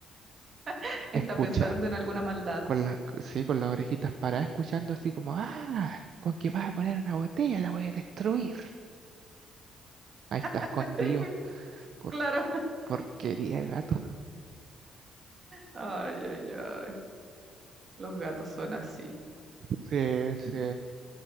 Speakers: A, on the right (about 45°); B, on the right (about 65°).
A: <laughs>
B: Escucha.
A: Está pensando en alguna maldad.
B: Con las, sí, con las orejitas paradas, escuchando así como, ah, con que vas a poner una botella, la voy a destruir. Ahí está escondido.
A: <laughs>
B: Por
A: Claro.
B: porquería, de gato.
A: Ay, ay, ay. Los gatos son así.
B: Se, se-